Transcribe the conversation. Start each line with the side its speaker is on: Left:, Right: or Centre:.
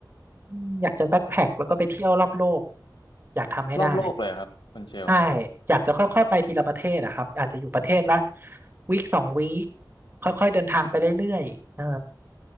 Right: อืมอยากจะแบ็คแพ็คแล้วก็ไปเที่ยวรอบโลก
Left: เอ่อ
Right: อยากทำให้ได้
Left: รอบโลกเลยเหรอครับคุณเชล
Right: ใช่อยากจะค่อยๆไปทีละประเทศอะครับ อาจจะอยู่ประเทศละวีคสองวีคค่อยๆเดินทางไปเรื่อยๆเออ